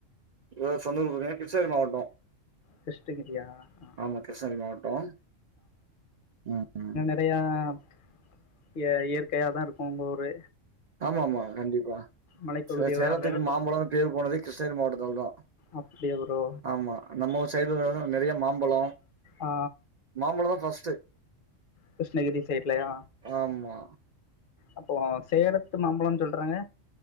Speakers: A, on the right; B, on the left.
A: இவ சொந்த ஊர் பாத்தீங்கன்னா கிருஷ்ணகிரி மாவட்டோ
B: கிருஷ்ணகிரியா ஆ
A: ஆமா கிருஷ்ணகிரி மாவட்டம் ம் ம்
B: அப்டியாம் இயற் இயற்கையா தா இருக்கும் ஊரு
A: ஆமா ஆமா கண்டிப்பா
B: மலைப்பகுதியெல்லாம்
A: சே சேலத்துக்கு
B: இருக்கும்
A: மாம்பழம்னு பேரு போனது கிருஷ்ணகிரி மாவட்டத்தல தா
B: அப்படியா ப்ரோ
A: ஆம்மா நம்ம ஊரு சைடுலலா நெறைய மாம் பழம்
B: ஆ
A: மாம்பழம் தா ஃபர்ஸ்ட்டு
B: கிருஷ்ணகிரி சைட்லயா
A: ஆமா
B: அப்போ சேலத்து மாம்பழன் சொல்றாங்க